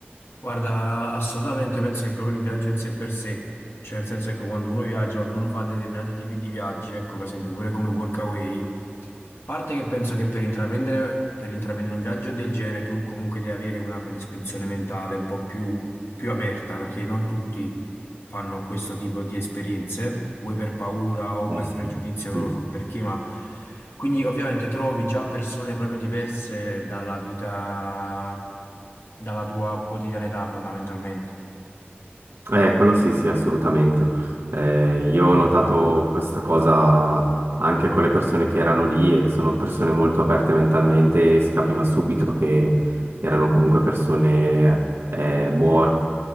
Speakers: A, on the left (about 85°); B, on the right (about 75°).
A: Guarda, assolutamente penso che proprio il viaggio in sé per sé, cioè nel senso ecco quando uno viaggia, quando uno fa determinati tipi di viaggi, ecco per esempio pure come workaway, a parte che penso che per intraprendere, per intraprendere un viaggio del genere tu comunque devi avere una predisposizione mentale un po' più, più aperta perché non tutti fanno questo tipo di esperienze, vuoi per paura o per
B: Ah, sì.
A: pregiudizio, non
B: Mm.
A: lo so perché, ma quindi ovviamente trovi già persone proprio diverse dalla vita dalla tua quotidianità fondamentalmente.
B: Eh, quello sì, sì, assolutamente. Eh, io ho notato questa cosa anche con le persone che erano lì e sono persone molto aperte mentalmente e si capiva subito che erano comunque persone eh, buone,